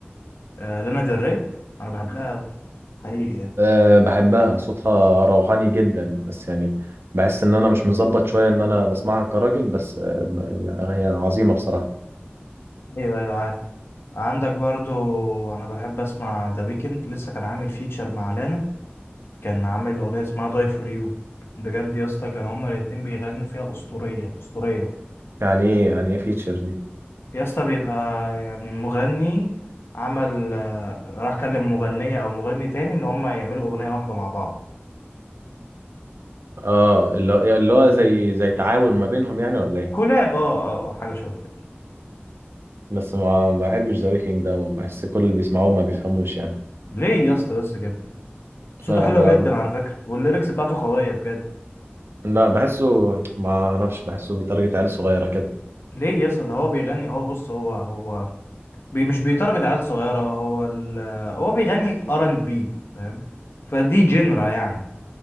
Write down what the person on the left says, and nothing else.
آه، لانا ديل ري انا بحبها أوي، حقيقي يعني.
ايوه ايوه عارف عندك برضو انا بحب اسمع ذا ويكند لسه كان عامل فيتشر مع لانا كان عامل أغنية اسمها داي فور يو بجد يا اسطى كان هما الاتنين بيغنوا فيها أسطورية أسطورية
يا اسطى بيبقى يعني مغني عمل آه، راح كلم مغنية أو مغني تاني إن هما يعملوا أغنية واحدة مع بعض
كولاب اه اه آه، حاجة شبه كده
ليه يا اسطى بس كده صوته
حلو
جدا على فكرة والليركس بتاعته قوية بجد
ليه يا اسطى ده هو بيغني هو بص هو هو بي مش بيتارجت عيال صغيرة هو ال... آه، هو بيغني ار ان بي فاهم فدي جنرا يعني